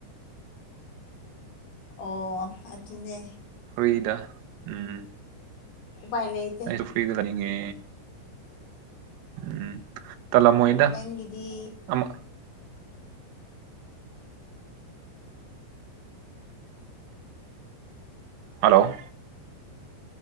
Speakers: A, on the left (about 75°); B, on the right (about 80°).
A: ꯑꯣ ꯑꯗꯨꯅꯦ
B: ꯐ꯭ꯔꯤꯗ ꯎꯝ
A: ꯎꯄꯥꯏ ꯂꯩ
B: ꯑꯩꯖꯨ ꯐꯔ꯭ꯤꯗ ꯂꯩꯅꯤꯡꯉꯦ ꯎꯝ ꯇꯟꯂꯝꯃꯣꯏꯗ
A: ꯅꯪꯒꯤꯗꯤ
B: ꯑꯃ ꯍꯜꯂꯣ